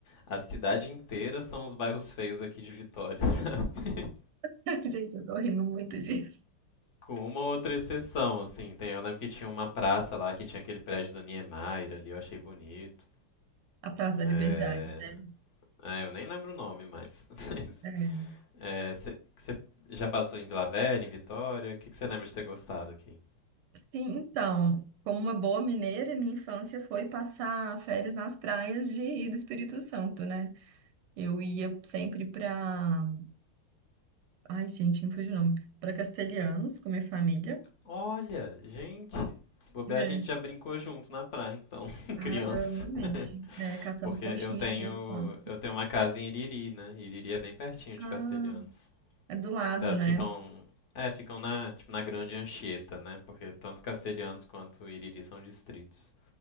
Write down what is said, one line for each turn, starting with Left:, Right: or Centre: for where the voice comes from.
Left: a cidade inteira são os bairros feios aqui de Vitória, <laughs> sabe?
Right: <laughs> Gente, eu tô rindo muito disso.
Left: Com uma outra exceção, assim. Tem, eu lembro que tinha uma praça lá que tinha aquele prédio do Niemeyer ali, eu achei bonito.
Right: A Praça da
Left: É...
Right: Liberdade, né?
Left: é, eu nem lembro o nome mais. <laughs> Mas,
Right: É.
Left: é, você já passou em Vila Velha, em Vitória? O que que você lembra de ter gostado aqui?
Right: Sim, então, como uma boa mineira, minha infância foi passar férias nas praias de do Espírito Santo, né? Eu ia sempre pra. Ai, gente, me fugiu o nome. Pra Castelhanos, com minha família.
Left: Olha, gente, se bobear
Right: É.
Left: a gente já brincou junto na praia, então, <laughs>
Right: Ah,
Left: criança.
Right: provavelmente.
Left: <laughs>
Right: É, catando
Left: Porque
Right: conchinha
Left: eu tenho,
Right: juntos lá.
Left: eu tenho uma casa em Iriri, né? Iriri é bem pertinho de
Right: Ah,
Left: Castelhanos.
Right: é do lado,
Left: Tá,
Right: né?
Left: Ficam, é, ficam na, tipo, na Grande Anchieta, né? Porque tanto Castelhanos quanto Iriri são distritos.